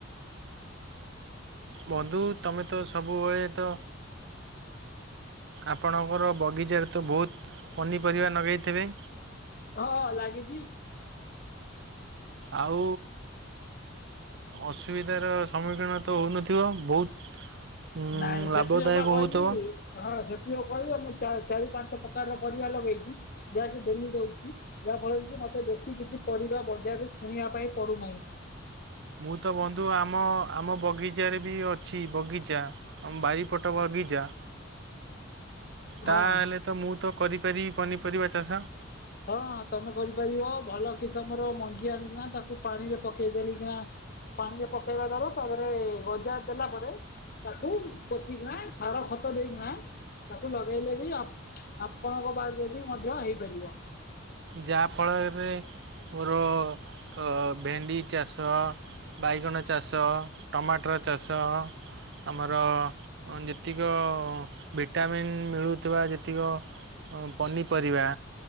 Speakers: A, on the right; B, on the left.
A: ବନ୍ଧୁ ତୁମେ ତ ସବୁବେଳେ ତ ଆପଣଙ୍କର ବଗିଚାରେ ତ ବହୁତ ପନିପରିବା ଲଗାଇଥିବେ।
B: ହଁ ଲାଗିଛି।
A: ଆଉ ଅସୁବିଧାର ସମ୍ମୁଖୀନ ତ ହେଉନଥିବ ବହୁତ। ଉଁ,
B: ନାଇଁ ସେଥି
A: ଲାଭଦାୟକ
B: ଯଉ ବା କହିବି
A: ହେଉଥିବ
B: ହଁ ସେଥିଯୋଉ କହିଲି ଜେ ମୋ ଚା ଚାରି ପାଞ୍ଚ ପକାରର ପରିବା ଲଗେଇଚି ଯାହାକି ଡେଲି ଦେଉଚି ଯାହାଫଳରେ କି ମୋତେ ବେଶୀ କିଛି ପରିବା ବଜାରରୁ କିଣିବା ପାଇଁ ପଡ଼ୁନାହିଁ।
A: ମୁଁ ତ ବନ୍ଧୁ ଆମ ଆମ ବଗିଚାରେ ବି ଅଛି ବଗିଚା। ଆମ ବାରି ପଟ ବଗିଚା।
B: ହଁ
A: ତାହେଲେ ତ ମୁଁ ତ କରିପାରି ପନିପରିବା ଚାଷ।
B: ହଁ ତମେ କରିପାରିବ ।ଭଲ କିସମର ମଞ୍ଜି ଆଣିକିନା ତାକୁ ପାଣିରେ ପକେଇ ଦେଲିିକିନା ପାଣିରେ ପକେଇବା ଦ୍ଵାରା ତାପରେ ଗଜା ଦେଲା ପରେ। ତାକୁ ପୋତିକିନା ସାର ଖତ ଦେଇକିନା ତାକୁ ଲଗେଇଲେ ବି ଆ ଆପଣଙ୍କ ବାରିରେ ବି ମଧ୍ୟ ହେଇପାରିବ।
A: ଯାହାଫଳରେ ମୋର କ ଭେଣ୍ଡି ଚାଷ ବାଇଗଣ ଚାଷ ଟମାଟର ଚାଷ। ଆମର ଯେ ଯେତିକ ଭିଟାମିନ୍ ମିଳୁଥିବା ଯେତିକ ଅ ପନିପରିବା।